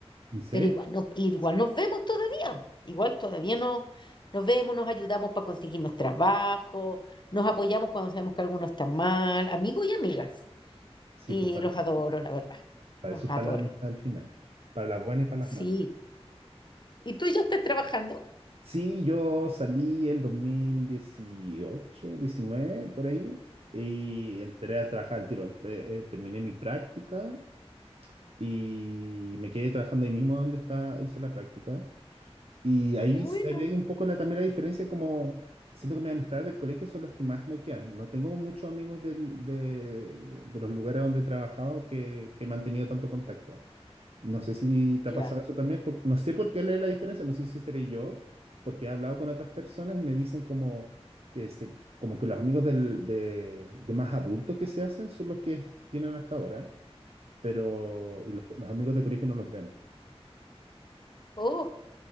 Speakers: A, on the right (about 65°); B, on the left (about 45°).
A: ¿En serio?
B: pero igual, no, igual nos vemos todavía, igual todavía no, nos vemos, nos ayudamos para conseguirnos trabajo, nos apoyamos cuando sabemos que alguno está mal, amigos y amigas,
A: Sí,
B: y
A: pues parece.
B: los adoro, la verdad,
A: Para
B: los
A: eso está
B: adoro,
A: la amistad al final, para las buenas y para
B: sí.
A: las malas.
B: ¿Y tú ya estás trabajando?
A: Sí, yo salí el 2018, 19 por ahí, y entré a trabajar al tiro. Entré- eh, terminé mi práctica y me quedé trabajando ahí mismo donde está, hice la práctica. Y ahí
B: Qué bueno,
A: se ve un poco la, también la diferencia, como siento que mis amistades del colegio son los que más me quedan. No tengo muchos amigos del- de, de los lugares donde he trabajado que, que he mantenido tanto contacto. No sé si te ha
B: ya.
A: pasado eso también, por- no sé por qué leer la diferencia, no sé si seré yo, porque he hablado con otras personas y me dicen como que, se, como que los amigos del- de, de más adultos que se hacen son los que tienen hasta ahora, pero y los, los amigos de colegio no los ven.
B: Oh,